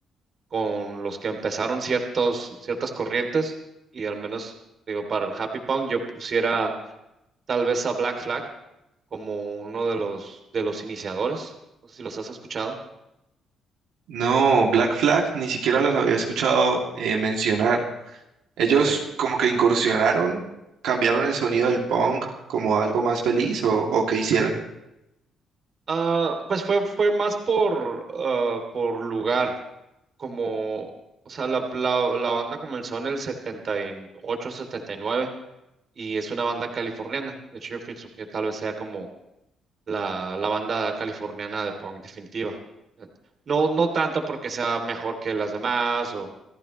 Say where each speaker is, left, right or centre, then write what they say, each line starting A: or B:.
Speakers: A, on the right; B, on the right.
A: con los que empezaron ciertos, ciertas corrientes y al menos, digo, para el happy punk yo pusiera tal vez a Black Flag como uno de los, de los iniciadores. No sé si los has escuchado.
B: No, Black Flag ni siquiera los había escuchado eh, mencionar. Ellos
A: Ok.
B: como que incursionaron, cambiaron el sonido del punk como algo más feliz o, o qué hicieron.
A: Ah, pues fue, fue más por, ah, por lugar. como, o sea, la, la, la banda comenzó en el 78, 79 y nueve y es una banda californiana. De hecho, yo pienso que tal vez sea como la, la banda californiana de punk definitiva. No, no tanto porque sea mejor que las demás o,